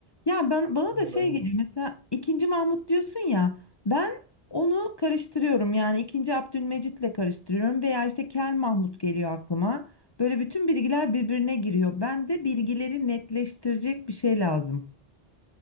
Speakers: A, on the left (about 40°); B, on the right (about 90°).
A: Ya ben bana
B: Benim
A: da
B: olayım
A: şey geliyor
B: bu.
A: mesela ikinci Mahmut diyorsun ya ben onu karıştırıyorum yani ikinci Abdülmecit'le karıştırıyorum veya işte Kel Mahmut geliyor aklıma. Böyle bütün bilgiler birbirine giriyor. Ben de bilgileri netleştirecek bir şey lazım.